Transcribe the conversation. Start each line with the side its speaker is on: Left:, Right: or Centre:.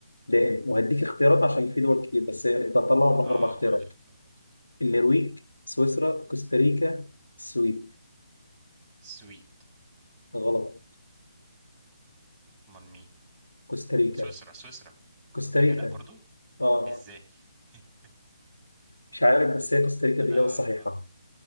Left: دائم وهديك اختيارات عشان في دول كتير بس انت هتطلعهم من
Right: اه
Left: اربع اختيارات
Right: قول لي اختيارات
Left: النرويج سويسرا كوستاريكا السويد
Right: السويد
Left: غلط
Right: امال مين
Left: كوستاريكا
Right: سويسرا سويسرا
Left: كوستاريكا
Right: ايه ده لا برضو
Left: اه
Right: ازاي <laughs>
Left: مش عارف بس هي كوستاريكا الإجابة
Right: انا
Left: الصحيحة